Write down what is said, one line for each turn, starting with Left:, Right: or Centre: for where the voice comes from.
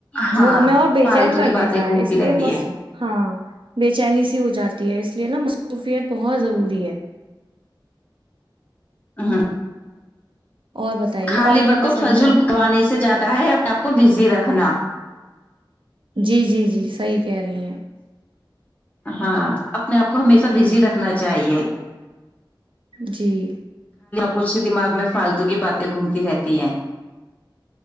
Left: ہاں
Right: وہ ہمیں اور بے
Left: فالتو
Right: چین کر
Left: کی
Right: دیتا
Left: باتیں گھومتی
Right: ہے اس لیے
Left: رہتی
Right: م
Left: ہے
Right: ہاں بے چینی ہو جاتی ہے اس لیے نا مصروفیت بہت ضروری ہے
Left: ہاں
Right: اور بتائیے
Left: خالی
Right: اور کیا
Left: وقتف
Right: پسند
Left: فضول
Right: ہے آپ
Left: پکوانے
Right: کو
Left: سے زیادہ ہے اپنے آپ کو بزی رکھنا
Right: جی جی جی صحیح کہ رہی ہیں <unintelligible>
Left: ہاں اپنے آپ کو ہمیشہ بزی رکھنا چاہیے
Right: جی <inaudible>
Left: کچھ دماغ میں فالتو کی باتیں گھومتی رہتی ہیں